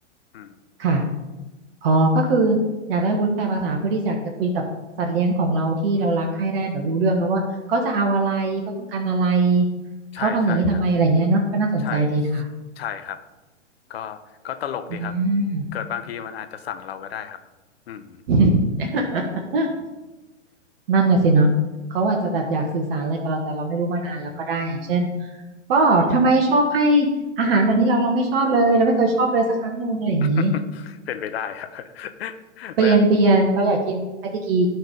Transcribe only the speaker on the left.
อืม
ใช่ใช่ครับ ใช่ใช่ครับก็ก็ตลกดีครับ
เกิดบางทีมันอาจจะสั่งเราก็ได้ครับอืม
<laughs> เป็นไปได้ครับ <laughs>
และ